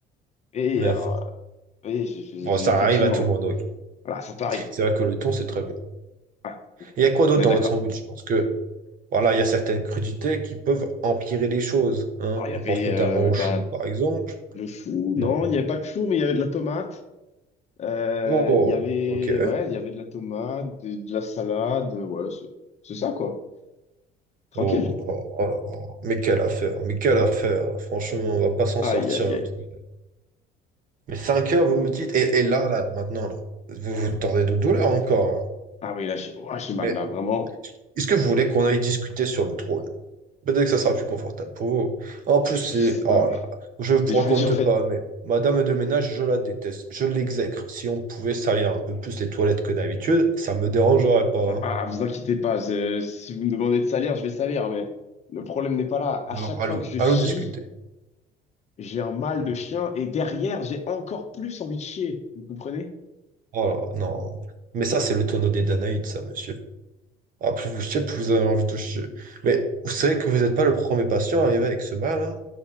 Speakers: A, on the left; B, on the right.
A: Et
B: Mais
A: alors,
B: enfin,
A: oui, je- je-
B: bon,
A: je-
B: ça
A: effectivement,
B: arrive à tout le monde, oui.
A: voilà, ça t'arrive.
B: C'est vrai que le thon, c'est très bon.
A: Ouais,
B: Et il y a quoi d'autre
A: on est
B: dans
A: d'accord.
B: votre sandwich? Je pense que, voilà, il y a certaines crudités qui peuvent empirer les choses, hein.
A: Alors, il
B: On
A: y avait
B: pense notamment
A: euh,
B: aux
A: de
B: choux,
A: la,
B: par exemple.
A: le chou,
B: Non.
A: non, il n'y avait pas de chou, mais il y avait de la tomate. Euh,
B: Oh,
A: il y avait,
B: ok.
A: ouais, il y avait de la tomate, de, de la salade, ouais, c'est c'est ça, quoi. Tranquille.
B: Oh, oh, oh là là. Mais quelle affaire, mais quelle affaire. Franchement, on va pas s'en
A: Aïe,
B: sortir.
A: aïe, aïe.
B: Tout. Mais 5 heures, vous me dites, et, et là, là, maintenant, là, vous vous tordez de douleur encore. hein.
A: Ah oui, là, j'ai ouah, j'ai mal,
B: Mais
A: là, vraiment,
B: est-ce que vous voulez qu'on aille discuter sur le trône? Peut-être que ça sera plus confortable pour vous. En plus, c'est...
A: je sais
B: Oh
A: pas, mais,
B: là, là, je ne vous
A: mais je
B: raconte
A: vous le dis, en fait,
B: pas, mais Madame de ménage, je la déteste. Je l'exècre. Si on pouvait salir un peu plus les toilettes que d'habitude, ça me dérangerait pas. hein.
A: ah, vous inquiétez pas, je- si vous me demandez de salir, je vais salir, mais le problème n'est pas là. À
B: Alors,
A: chaque
B: allons,
A: fois que je chie,
B: allons discuter.
A: j'ai un mal
B: Hmm.
A: de chien et derrière, j'ai encore plus envie de chier. Vous comprenez?
B: Oh là, non. Mais ça, c'est le tonneau des Danaïdes, ça, monsieur. Ah, plus vous chiez, plus vous avez envie de chier. Mais vous savez que vous n'êtes pas le premier patient arrivé avec ce mal, hein.